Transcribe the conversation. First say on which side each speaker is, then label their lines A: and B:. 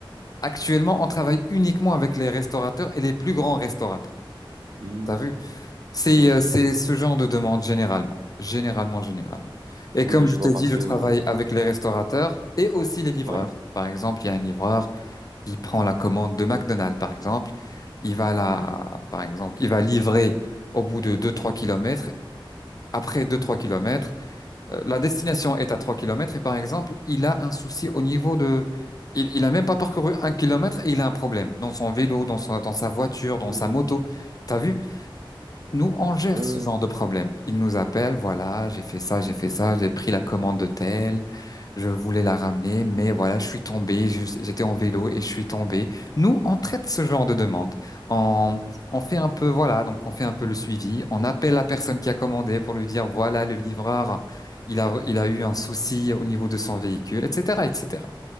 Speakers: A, on the left (about 45°); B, on the right (about 50°).
A: actuellement, on travaille uniquement avec les restaurateurs et les plus grands restaurateurs.
B: Hmm.
A: T'as vu? C'est
B: Oui,
A: euh,
B: oui,
A: c'est
B: je vois.
A: ce genre de demande généralement, généralement, généralement. Et
B: Oui,
A: comme
B: oui,
A: je
B: je
A: t'ai
B: vois parce
A: dit, je
B: que,
A: travaille avec les restaurateurs et aussi les livreurs.
B: ouais.
A: Par exemple, il y a un livreur qui prend la commande de McDonald's, par exemple. Il va la, par exemple, il va livrer au bout de deux trois kilomètres. Après deux trois kilomètres, euh, la destination est à trois kilomètres et par exemple, il a un souci au niveau de... Il, il a même pas parcouru un kilomètre et il a un problème dans son vélo, dans sa, dans sa voiture, dans
B: Hmm.
A: sa moto. T'as vu? Nous, on gère
B: Oui, Oui,
A: ce genre
B: oui.
A: de problème. Ils nous appellent, voilà, j'ai fait ça, j'ai fait ça, j'ai pris la commande de tel, je voulais la ramener, mais voilà, je suis tombé, je- j'étais en vélo et je suis tombé. Nous, on traite ce genre de demande. On, on fait un peu, voilà, donc on fait un peu le suivi. On appelle la personne qui a commandé pour lui dire, voilà, le livreur, il a, il a eu un souci au niveau de son véhicule, etc., etc.,